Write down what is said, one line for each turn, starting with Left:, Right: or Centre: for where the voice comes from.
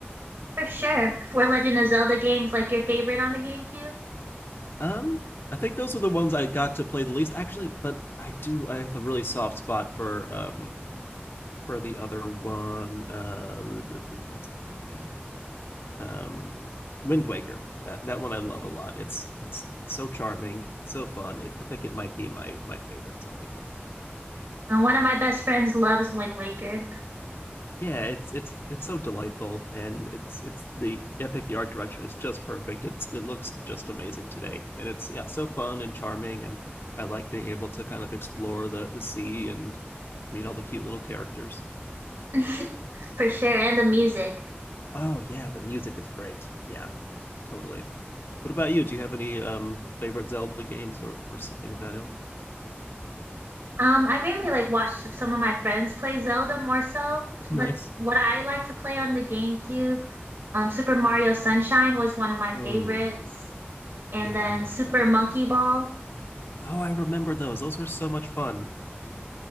Right: For sure. Were Legend of Zelda games like your favorite on the GameCube?
Left: Um, I think those were the ones I got to play the least actually, but I do I have a really soft spot for um for the other one. Uh, what's it called again? Um, Wind Waker. That that one I love a lot. It's it's so charming, it's so fun. It, I think it might be my my favorite Zelda game.
Right: Uh, one of my best friends loves Wind Waker.
Left: Yeah, it's it's it's so delightful, and it's it's the I think the art direction is just perfect. It's it looks just amazing today, and it's yeah so fun and charming, and I like being able to kind of explore the the sea and meet all the cute little characters.
Right: <laughs> For sure, and the music.
Left: Oh yeah, the music is great. Yeah, Totally. What about you? Do you have any um favorite Zelda games or or something of that ilk?
Right: Um, I mainly like watch some of my friends play Zelda more so, but
Left: Nice.
Right: what I like to play on the GameCube Um, Super Mario Sunshine was one of my
Left: Oh,
Right: favorites, and
Left: yeah,
Right: then
Left: I love
Right: Super
Left: that.
Right: Monkey Ball.
Left: Oh, I remember those. Those were so much fun.